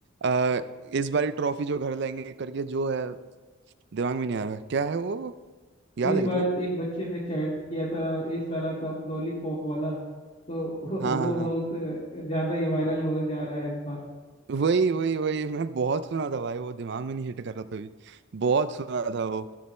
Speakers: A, on the right; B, on the left.
A: आ, इस बारी ट्रॉफी जो घर लाएंगे करके जो है दिमाग में नहीं आ रहा क्या है वो याद
B: इस
A: है
B: बार
A: क्या तुम्हें
B: एक बच्चे ने चैट किया था इस साल का लॉलीपॉप वाला तो वो
A: हाँ
B: वो
A: हाँ हाँ
B: बहुत ज्यादा ही वायरल हो जा रहा है इस बार
A: वही वही वही मैं बहुत सुना था भाई वो दिमाग में नहीं हिट कर रहा था अभी बहुत सुना था वो